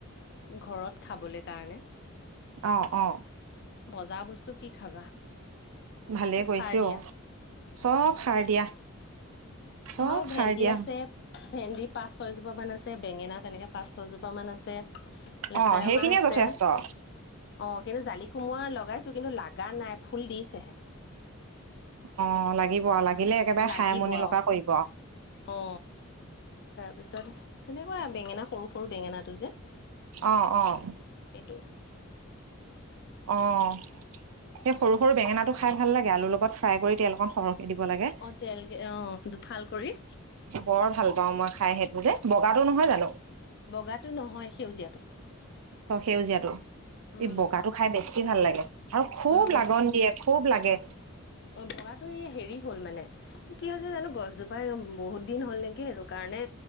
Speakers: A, on the left; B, on the right.
A: ঘৰত খাবলে কাৰণে।
B: অ', অ'।
A: বজাৰৰ বস্তু কি খাবা।
B: ভালে
A: চব
B: কৰিছে
A: সাৰ দিয়া
B: অ', চব সাৰ দিয়া। চব
A: আমাৰো ভেণ্ডি
B: সাৰ দিয়া
A: আছে ভেণ্ডি পাঁচ ছয়জোপা মান আছে বেঙেনা তেনেকে পাঁচ ছয়জোপা মান আছে। লেচাৰ
B: অঁ সেইখিনিয়ে
A: মাহ আছে
B: যথেষ্ট
A: অ' কিন্তু জালি কোমুৰা লগাই কিন্তু লাগা নাই, ফুল দিছেহে।
B: অ' লাগিব, লাগিলে একেবাৰে
A: লাগিব
B: খাই আমনি
A: আৰু
B: লগা কৰিব আৰু।
A: অ তাৰপিছত তেনেকুৱা বেঙেনা সৰু সৰু বেঙেনাটো যে
B: অ', অ'।
A: এইটো।
B: অ' সেই সৰু সৰু বেঙেনাটো খাই ভাল লাগে, আলুৰ লগত ফ্ৰাই কৰি তেল অকণ সৰহকৈ দিব লাগে।
A: অ তেল কে, অ' দুফাল কৰি।
B: বৰ ভাল পাও মই খাই সেইটো যে, বগাটো নহয় জানো?
A: বগাটো নহয় সেউজীয়াটো।
B: অ' সেউজীয়াটো,
A: উম
B: ই বগাটো খাই বেছি ভাল লাগে আৰু খুব
A: উম
B: লাগন দিয়ে। খুব লাগে।
A: অ' বগাটো এই হেৰি হ'ল মানে কি হৈছে জানো গছজোপাই বহুত দিন হ'ল নেকি সেইটো কাৰণে